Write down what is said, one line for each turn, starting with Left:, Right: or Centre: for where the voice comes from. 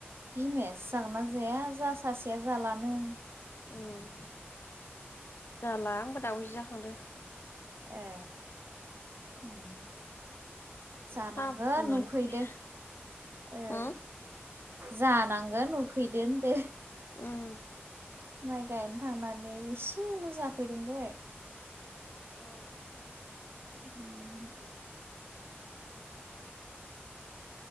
Right: बिमायासो जागोनना जाया जोहा सासेया जालानो
Left: उम जाला आंबो दाबवैसो जाखांदो
Right: ए उम जानांगोन
Left: साहा फुदुंनानै
Right: उखैदो ओ
Left: उम
Right: जानांगोन उखैदो होनदो
Left: उम
Right: माइ गायनो थांनानै एसेल जाफैदों दहाय
Left: अह
Right: उम
Left: दा